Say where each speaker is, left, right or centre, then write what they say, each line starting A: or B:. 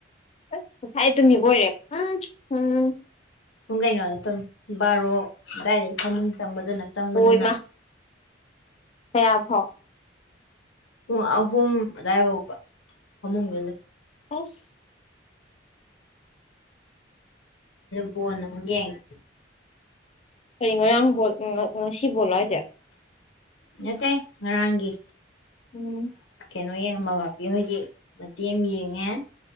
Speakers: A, on the left; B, on the left.
A: ꯑꯁ ꯉꯁꯥꯏꯗꯩ ꯇꯨꯝꯃꯤꯕꯣꯏꯔꯦ ꯎꯝ ꯎꯝ
B: ꯄꯨꯡ ꯀꯩꯅꯣꯗ ꯇꯨꯝꯃꯦ ꯕꯥꯔꯣ ꯑꯗꯥꯏꯗꯩ ꯐꯃꯨꯡ ꯆꯪꯕꯗꯨꯅ ꯆꯪꯕꯗꯨꯅ
A: ꯑꯣꯏꯃꯥ ꯀꯌꯥ ꯐꯥꯎ
B: ꯄꯨꯝ ꯑꯍꯨꯝ ꯑꯗꯥꯏꯐꯥꯎꯕ ꯐꯃꯨꯡꯗ ꯂꯩ
A: ꯑꯁ
B: ꯕꯣꯟ ꯑꯃꯨꯛ ꯌꯦꯡꯉꯦ
A: ꯀꯔꯤ ꯉꯣꯏꯔꯥꯡ ꯕꯣꯜ ꯉꯁꯤ ꯕꯣꯜꯂꯣ ꯍꯥꯏꯁꯦ
B: ꯅꯠꯇꯦ ꯉꯔꯥꯡꯒꯤ
A: ꯎꯝ
B: ꯀꯩꯅꯣ ꯌꯦꯡꯕ ꯕꯄꯦ ꯍꯣꯏꯒꯤ ꯃꯇꯦꯝ ꯑꯃ ꯌꯦꯡꯉꯦ